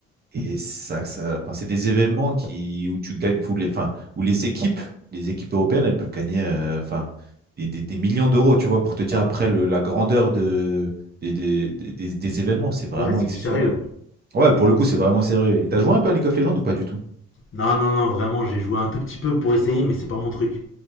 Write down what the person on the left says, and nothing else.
Ouais, c'est
du sérieux.
Non, non, non, vraiment, j'ai joué un tout petit peu pour essayer, mais c'est pas mon truc.